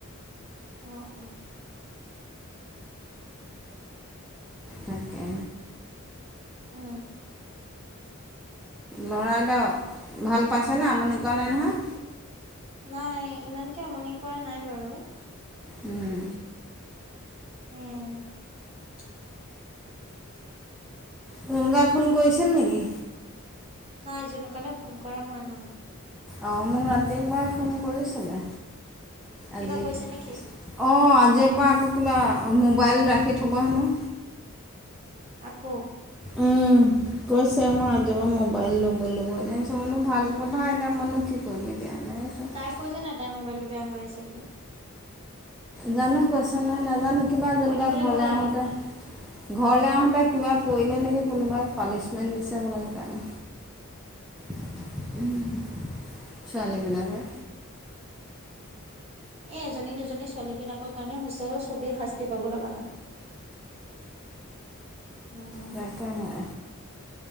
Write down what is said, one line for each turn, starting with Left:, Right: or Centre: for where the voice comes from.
Right: অ', অ'।
Centre: তাকে
Right: উ।
Centre: ল'ৰা এদয়া ভাল পাইছেনে আমনি কৰা নাই নহয়।
Right: নাই ইমানকে আমনি কৰা নাই বাৰু।
Centre: উম।
Right: উম।
Centre: কোনোবা ফোন কৰিছে নেকি।
Right: নাই জোনুকালে ফোন কৰা হোৱা নাই।
Centre: অ', মোক ৰাতিপুৱাই ফোন কৰিছে।
Right: কিবা
Centre: আজি
Right: কৈছে
Centre: অ',
Right: নেকি
Centre: আজিৰ পৰা। আকৌ কিবা মোবাইল ৰাখি থ'ব হেনো।
Right: আকৌ।
Centre: উম, কৈছে মই আজি মোবাইল ল'ব লব। তাৰছা মনো ভাল কথা এতিয়া মনো কি কৰিম এতিয়া। এনেকৈ কৈছে।
Right: তাই কৈ যে নাই তাইৰ মোবাইলটো বেয়া হৈ আছে বুলি।
Centre: জানো কৈছা নাই নাজানো কিবা যোনা
Right: কৈ দিবলৈ
Centre: ঘৰলে
Right: ক'ব
Centre: আহোতে
Right: লাগে
Centre: ঘৰলে আহোতে। কিবা কৰিলে নেকি কোনোবাই পানিছমেণ্ট দিছে বোলে সেইকাৰণে। উ, ছোৱালীবিলাকে।
Right: এ, এজনী, দুজনী ছোৱালীবিলাকৰ কাৰণে হোষ্টেলত চবেই শাস্তি পাব লগা হয়। উম
Centre: তাকেহে।